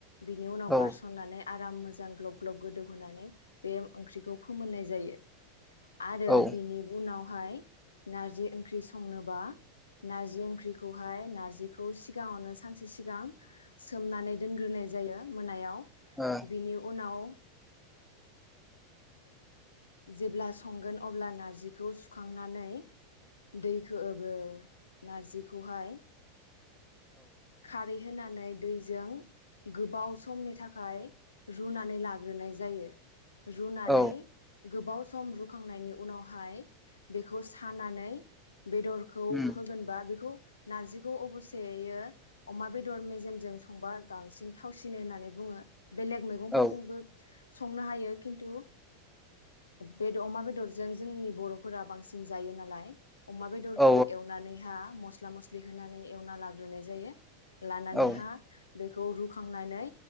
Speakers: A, on the left (about 80°); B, in the centre.
A: बिनि उनाव
B: औ
A: गारसननानै आराम मोजां ग्ल'ब ग्ल'ब गोदौ होनोनानै बे ओंख्रिखौ फोमोननाय जायो। आरो
B: औ ओ
A: बिनि उनाव ओमफाय नारजि ओंख्रि संनोबा नारजि ओंख्रिखौहाय नारजि जिखौ सिगाङावनो सानसे सिगां सोमनानै दोनग्रोनाय जायो मोनायाव।
B: ओ औ
A: बिनि उनाव जेब्ला संगोन अब्ला नार्जिखौ सुखांनानै दैखौ बो नार्जिखौहाय खारै होनानै दैजों गोबाव समनि थाखाय रुनानै लाग्रोनाय जायो। रुनानै
B: औ
A: गोबाव सम रुखांनायनि उनावहाय बेखौ सानानै बेदरखौ
B: उम
A: होगोनबा बेखौ नारजिखौ अबस्सेै अमा बेदर मेजेमजों संबा बांसिन थावसिनो होननानै बुङो। बेलेग मैगंफोरजोंबो
B: औ
A: संनो हायो खिन्थु बे अमा बेदरजों जोंनि बर'फोरा बांसिन जायो नालाय। अमा बेदरखौ
B: औ
A: एवनानैहा मस्ला मस्लि होनानै एवना लाग्रोनाय जायो। लानानैहा
B: औ
A: बेखौ रुखांनानै